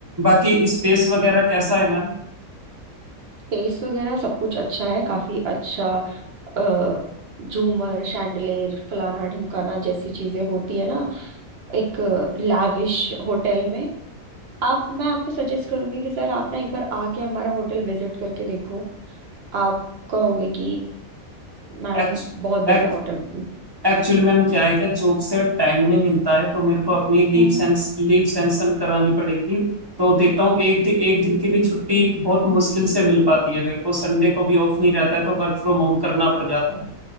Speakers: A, on the right; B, on the right.
A: बाकी स्पेस वगैरह कैसा है मैम
B: स्पेस वगैरह सब कुछ अच्छा है काफी अच्छा अ, झूमर शैंडलेर फलाना ढिमकाना जैसी चीजें होती है ना एक लैविश होटल में आप मैं आपको सजेस्ट करूंगी कि सर आप ना एक बार आके हमारा होटल विजिट करके देखो आप कहोगे कि मैडम
A: एक्च,
B: बहुत बढ़िया
A: एक्च,
B: होटल
A: एक्चुअली मैम क्या है कि जॉब से टाइम नहीं मिलता है तो मेरे को अपनी लीव
B: हम्म
A: सेंस लीव सैंक्शन करानी पड़ेगी तो देखता
B: हम्म
A: हूँ एक दि, एक दिन की भी छुट्टी बहुत मुश्किल से मिल पाती है मेरे को संडे को भी ऑफ नहीं रहता है तो वर्क फ्रॉम होम करना पड़ जाता है